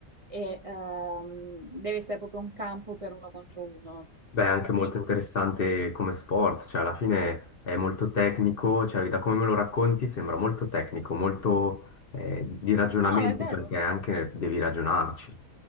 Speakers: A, on the right; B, on the left.
A: e ehm, deve essere proprio un campo per uno contro uno,
B: Beh,
A: cioè
B: è anche
A: più
B: molto
A: piccoli.
B: interessante come sport, cioè alla fine è molto tecnico, cioè da come me lo racconti sembra molto tecnico, molto eh, di ragionamento
A: No, ma è vero,
B: perché anche devi ragionarci